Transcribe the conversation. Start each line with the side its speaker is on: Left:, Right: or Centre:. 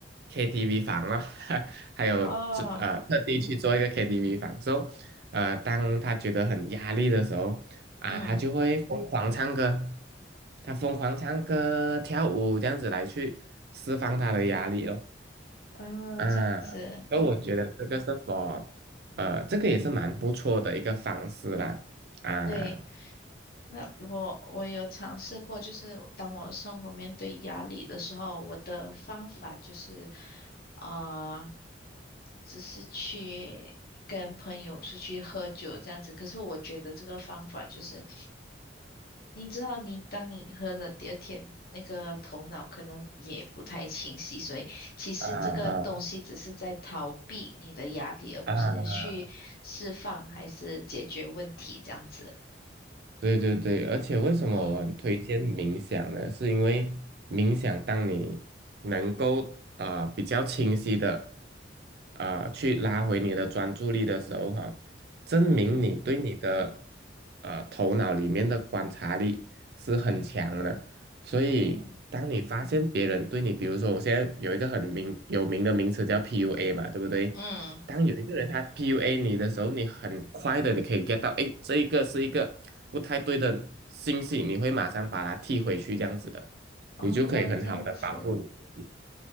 Right: KTV 房了，<laughs> 还有这呃特地去做一个
Left: 哦，
Right: KTV 房，so 呃，当他觉得很压力的时候啊，
Left: 嗯
Right: 他就会疯狂唱歌，他疯狂唱歌跳舞这样子来去释放他的压力哦。
Left: 嗯，
Right: 啊，
Left: 这样子。
Right: 所以我觉得这个是 for 呃，这个也是蛮不错的一个方式啦。啊
Left: 对，那我我有尝试过，就是当我生活面对压力的时候，我的方法就是啊、呃，只是去跟朋友出去喝酒这样子。可是我觉得这个方法就是你知道，你当你喝了第二天，那个头脑可能也不太清晰，所以其实这个东西只是在逃避你的压力，
Right: 啊
Left: 而不是去释放还是解决问题这样子。
Right: 啊啊！对对对，而且为什么我很推荐冥想呢？
Left: 嗯
Right: 是因为冥想，当你能够呃比较清晰的呃去拉回你的专注力的时候，哈、证明你对你的
Left: 嗯
Right: 呃头脑里面的观察力是很强的。所以，
Left: 哦
Right: 当你发现别人对你，比如说我现在有一个很名有名的名词叫 PUA 嘛，对不对？
Left: 嗯
Right: 当有一个人他 PUA 你的时候，你很快的你可以 get 到，哎，这一个是一个不太对的信息，你会马上把它踢回去，这样子的，
Left: 哦，
Right: 你就可以很好的保护你自己。
Left: 这样子，